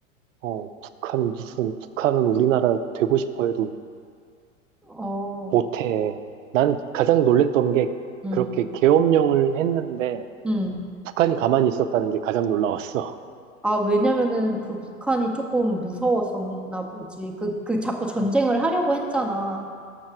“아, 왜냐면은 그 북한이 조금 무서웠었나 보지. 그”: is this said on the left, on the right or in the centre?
Centre